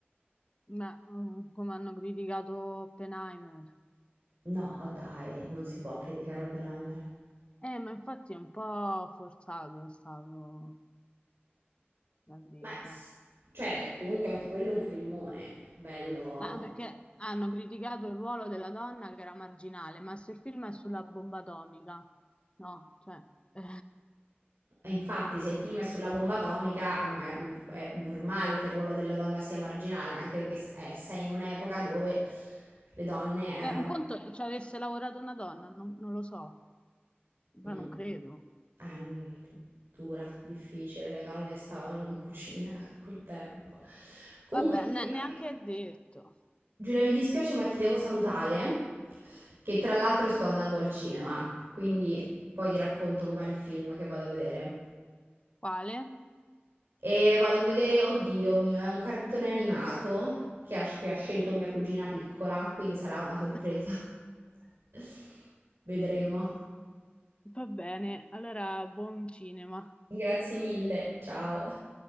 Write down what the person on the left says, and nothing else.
ma mm, come hanno criticato Oppenheimer.
Eh, ma infatti è un po' forzato è stato la critica.
Ma perché hanno criticato il ruolo della donna che era marginale, ma se il film è sulla bomba atomica, no, cioè, eh,
eh, un conto ci avesse lavorato una donna, non, non lo so,
ma non credo.
Vabbè,
ne- neanche
è detto.
Quale?
<laughs>
Va bene, allora buon cinema.